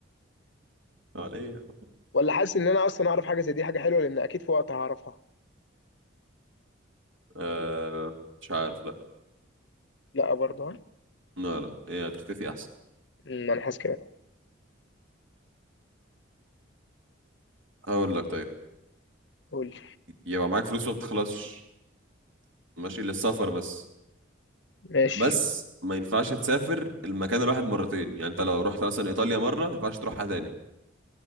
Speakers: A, on the right; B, on the left.
A: اه ليه يا عم؟
B: ولا حاسس ان انا اصلا اعرف حاجه زي دي حاجه حلوه لان اكيد في وقت هعرفها
A: آه، مش عارف لا
B: لا برضه ها؟
A: لا لا ايه هتختفي احسن
B: مم، انا حاسس كده
A: هقول لك طيب
B: قول لي
A: يبقى معاك فلوس وما بتخلصش ماشي للسفر بس
B: ماشي
A: بس ما ينفعش تسافر المكان الواحد مرتين يعني انت لو رحت مثلا ايطاليا مرة ما ينفعش تروحها تاني